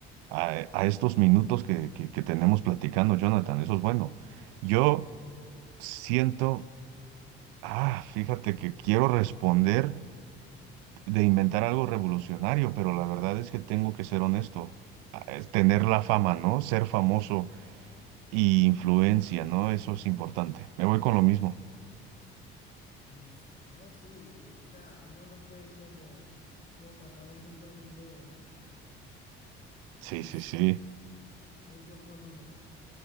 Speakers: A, on the right (about 80°); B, on the left (about 25°).
A: a estos minutos que, que- que tenemos platicando, Jonathan. Eso es bueno. Yo siento, ah, fíjate que quiero responder de inventar algo revolucionario, pero la verdad es que tengo que ser honesto. Ah, es Tener la fama, ¿no? Ser famoso y influencia, ¿no? Eso es importante. Me voy con lo mismo.
B: Listo. No, sí, eh, o sea, uno no puede como, como tapar el sol con un dedo, ¿no?
A: Sí,
B: Listo,
A: sí, sí.
B: voy yo con una.